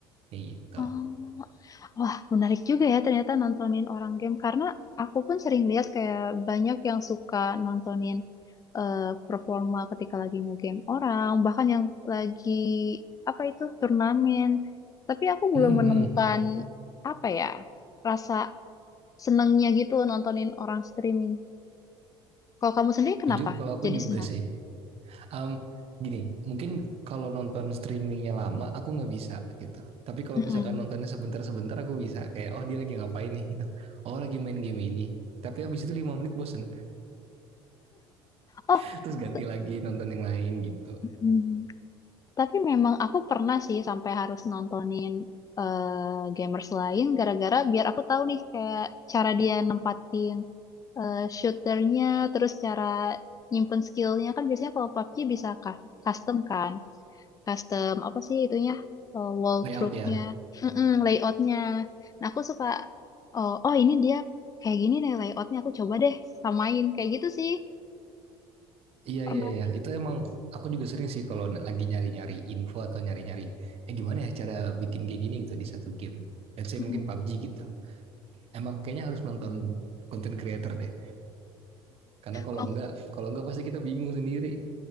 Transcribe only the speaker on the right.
kayak gitu.
Mm-mm.
Jujur kalau aku
juga
sih Um, gini, mungkin kalau nonton streamingnya lama, aku nggak bisa gitu. Tapi kalau
misalkan nontonnya sebentar-sebentar, aku bisa. Kayak, oh dia lagi ngapain nih gitu. Oh lagi main game ini. Tapi abis itu lima menit bosen.
<laughs> Terus ganti
lagi nonton yang lain gitu.
Layout
ya?
Iya,
iya, iya. Itu emang aku juga sering sih kalau lagi nyari-nyari info atau nyari-nyari, eh gimana ya cara bikin kayak gini gitu di satu game. Let's say
mungkin PUBG gitu. Emang kayaknya harus nonton content creator deh. Karena kalau
enggak, kalau enggak pasti kita bingung sendiri.